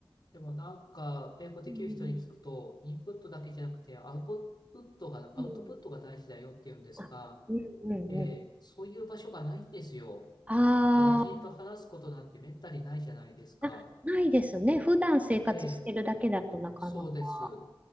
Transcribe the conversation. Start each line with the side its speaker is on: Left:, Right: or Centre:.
Left: でもなんか、英語できる人に聞くと、
Right: うん。
Left: インプットだけじゃなくて、アウトプットが、
Right: うん
Left: アウトプットが大事だよって言うんですが、
Right: あうんうんうん。
Left: えーそういう場所がないんですよ。
Right: ああ、
Left: 外人と話すことなんてめったにないじゃないですか。
Right: な、ないですね。普段生活してるだけだとなかなか。
Left: ええそうです。